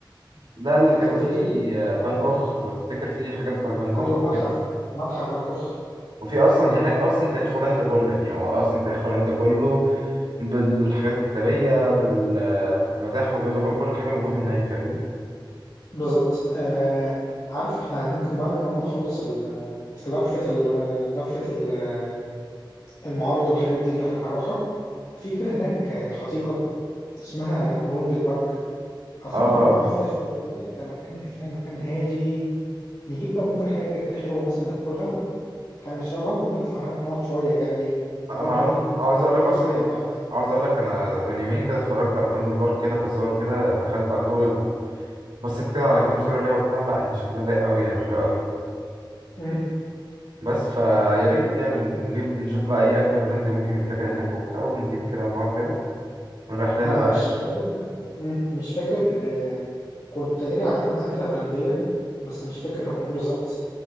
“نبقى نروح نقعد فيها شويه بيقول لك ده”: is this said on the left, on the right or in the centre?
Left